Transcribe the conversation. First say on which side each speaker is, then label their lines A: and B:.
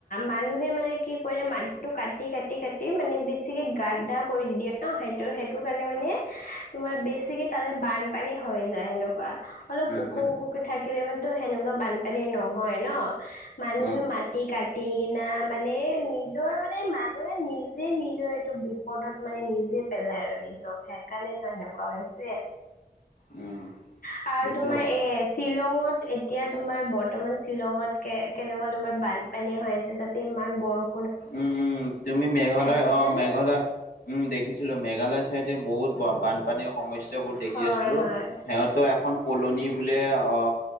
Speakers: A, on the left; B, on the left.
A: মানুহে মানে কি কৰিলে মাটিটো কাটি কাটি কাটি মানে বেছিকে গাদ্দা কৰি দিয়ে ন সেটো সেইটো কাৰণে মানে তোমাৰ বেছ ছিকে তাৰে বানপানী হৈ যায় সেনেকুৱা। অলপ
B: উম,
A: ওখ
B: উম,
A: ওখকে থাকিলে মানেটো সেনেকুৱা বানপানী নহয় ন? মানুহে
B: উম।
A: মাটি কাট টিকিনা মানে নিজৰ মানে মানুহে নিজে নিজৰ এইটো বিপদত মানে নিজে পেলাই আৰু নিজক সেইকাৰণেতো এনেকুৱা হৈছে।
B: উম।
A: তাৰ আৰু
B: এইটো
A: তোমাৰ এ শ্বিলঙত এতিয়া তোমাৰ ব ৰ্তমান শ্বিলঙত কে কেনেকুৱা তোমাৰ বানপানী হৈ আছে তাতে ইমান বৰষ
B: উম উম, তুমি মেঘালয়
A: চাইছিলানে?
B: অ মেঘালয় উম দেখিছিলো মেঘালয় চাইডে বহুত বানপানীৰ সমস্যাবোৰ দেখি
A: হয়
B: আছিলো।
A: হয়
B: সিহঁতৰ এখন কুলনি বোলে অ